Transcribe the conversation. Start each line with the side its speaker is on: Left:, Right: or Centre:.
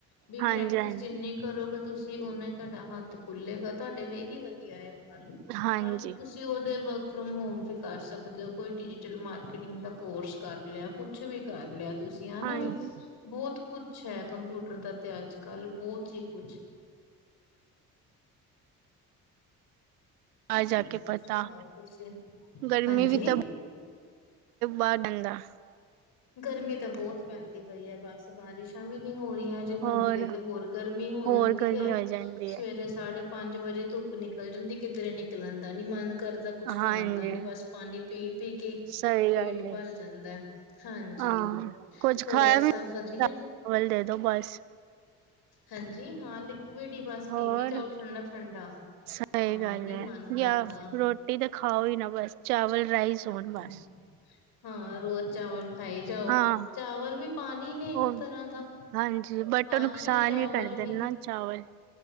Left: ਬੀ
Right: ਹਾਂਜੀ
Left: ਪ੍ਰੈਕਟਿਸ ਜਿੰਨੀ ਕਰੋਗੇ ਤੁਸੀਂ ਉਹਨਾ ਹੀ ਤੁਹਾਡਾ ਹੱਥ ਖੁੱਲੇਗਾ ਤੁਹਾਡੇ ਲਈ ਹੀ ਵਧੀਆ ਏ ਕੱਲ
Right: ਹਾਂਜੀ
Left: ਕੱਲ ਨੂੰ ਤੁਸੀਂ ਤੁਸੀਂ
Right: ਹਾਂਜੀ
Left: ਉਹਦੇ ਵਰਕ ਫਰੋਮ ਹੋਮ ਵੀ ਕਰ ਸਕਦੇ ਹੋ ਕੋਈ ਡਿਜੀਟਲ ਮਾਰਕੀਟਿੰਗ ਦਾ ਕੋਰਸ ਕਰ ਲਿਆ ਕੁਛ ਕੁਛ ਵੀ ਕਰ ਲਿਆ ਤੁਸੀਂ ਹਨਾ
Right: ਹਾਂਜੀ
Left: ਵੀ ਬਹੁਤ ਕੁਛ ਹੈ ਕੰਪਿਊਟਰ ਦਾ ਤੇ ਅੱਜ ਕੱਲ ਬਹੁਤ ਹੀ ਕੁਛ
Right: ਆ ਜਾ ਕੇ
Left: ਹੋਰ
Right: ਪਤਾ
Left: ਸੁਣਾਓ ਤੁਸੀਂ
Right: ਗਰਮੀ
Left: ਹਾਂਜੀ
Right: ਵੀ ਤਾਂ ਬ ਡੰਦਾ <unintelligible>
Left: ਗਰਮੀ ਤਾਂ ਬਹੁਤ ਪੈਂਦੀ ਪਈ ਹੈ ਬਸ ਬਾਰਿਸ਼ਾਂ ਵੀ ਨਹੀਂ ਹੋ ਰਹੀਆਂ। ਹੁੰਦੀ
Right: ਹੋਰ
Left: ਏ ਤੇ ਹੋਰ ਗਰਮੀ ਹੋ
Right: ਹੋਰ
Left: ਜਾਂਦੀ
Right: ਗਰਮੀ
Left: ਹੈ
Right: ਹੋ ਜਾਂਦੀ
Left: ਸਵੇਰੇ
Right: ਹੈ
Left: ਸਾਢੇ ਪੰਜ ਵਜੇ ਧੁੱਪ ਨਿਕਲ ਜਾਂਦੀ ਕਿਧਰੇ ਨਿਕਲਣ ਦਾ ਨੀ ਮਨ ਕਰਦਾ ਕੁਛ ਖਾਣ
Right: ਹਾਂਜੀ
Left: ਦਾ ਨੀ ਬਸ ਪਾਣੀ ਪੀ ਪੀ ਕੇ
Right: ਸਹੀ
Left: ਪੇਟ
Right: ਗੱਲ ਹੈ
Left: ਭਰ ਜਾਂਦੈ। ਹਾਂਜੀ
Right: ਹਾਂ ਕੁੱਝ
Left: ਹੋਰ
Right: ਖਾਇਆ
Left: ਸਭ
Right: ਵੀ
Left: ਵਧੀਆ
Right: ਚਾਵਲ ਦੇ ਦੋ ਬਸ
Left: ਹਾਂਜੀ ਹਾਂ ਲਿਕੁਵਿਡ ਹੀ ਬਸ
Right: ਹੋਰ
Left: ਪੀ ਵੀ ਜਾਓ ਠੰਡਾ ਠੰਡਾ
Right: ਸਹੀ
Left: ਹਾਂ
Right: ਗੱਲ
Left: ਨੀ
Right: ਹੈ,
Left: ਮਨ ਕਰਦਾ
Right: ਯ ਰੋਟੀ ਤਾਂ ਖਾਓ ਹੀ ਨਾ ਬਸ ਚਾਵਲ ਰਾਈਸ ਹੋਣ
Left: ਹੂ,
Right: ਬਸ
Left: ਹਾਂ ਰੋਜ਼ ਚਾਵਲ ਖਾਈ ਜਾਓ,
Right: ਹਾਂ
Left: ਚਾਵਲ ਵੀ ਪਾਣੀ ਨੇ ਇੱਕ
Right: ਉਹ
Left: ਤਰ੍ਹਾਂ ਦਾ
Right: ਹਾਂਜੀ ਬਟ
Left: ਪਾਣੀ
Right: ਉਹ ਨੁਕਸਾਨ
Left: ਹੈ ਚਾਵਲ
Right: ਹੀ ਕਰਦੇ
Left: ਵੀ
Right: ਨਾ ਚਾਵਲ